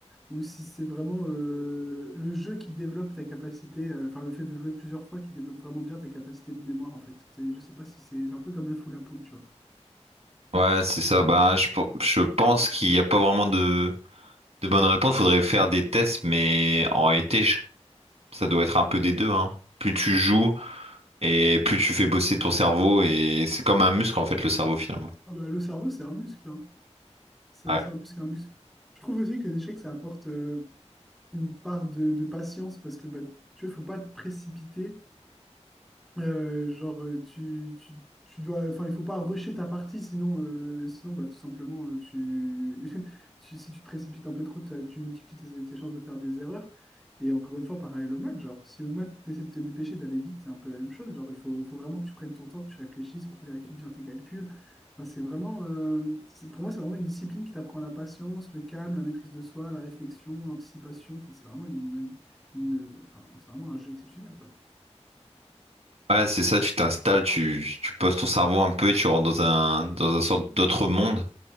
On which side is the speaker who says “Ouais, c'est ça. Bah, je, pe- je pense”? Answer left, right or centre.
Right